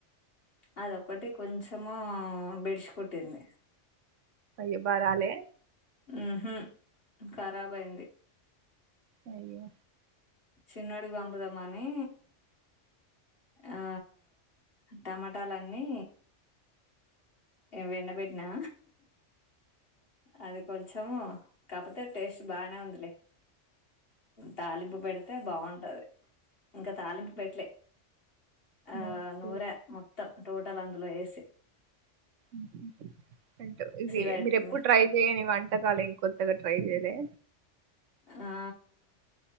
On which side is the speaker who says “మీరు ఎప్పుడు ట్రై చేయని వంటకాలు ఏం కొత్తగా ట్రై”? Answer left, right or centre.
Right